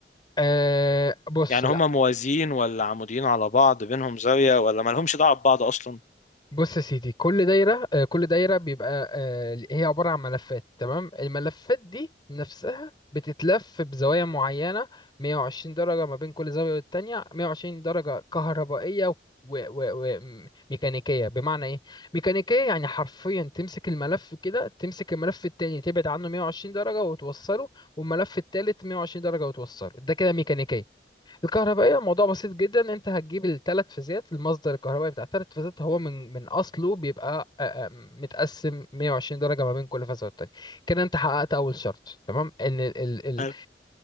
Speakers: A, on the left; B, on the left.
A: آه بص
B: يعني هما موازيين ولا عموديين على بعض بينهم زاويه ولا مالهمش دعوه ببعض اصلا
A: بص يا سيدي كل دايرة آه، كل دايرة بيبقى آه، هي عبارة عن ملفات تمام الملفات دي نفسها بتتلف بزوايا معينة 120 درجة ما بين كل زاوية والتانية 120 درجة كهربائية وميكانيكية بمعنى ايه ميكانيكية يعني حرفيا تمسك الملف كده تمسك الملف التاني تبعد عنه 120 درجة وتوصله والملف التالت 120 درجة وتوصله ده كده ميكانيكية الكهربائية الموضوع بسيط جدا انت هتجيب الثلاث فازات المصدر الكهربائي بتاع الثلاث فازات هو من من اصله بيبقى آه، آه، متقسم 120 درجة ما بين كل فازة والتانية كده انت حققت اول شرط تمام ان ال ال ال
B: حلو